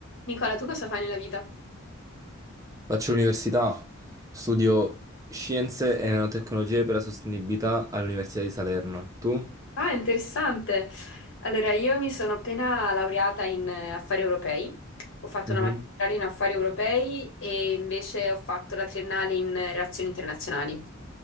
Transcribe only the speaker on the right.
Faccio l'università, studio Scienze e Nanotecnologie per la Sostenibilità all'Università di Salerno. Tu?
Mhm.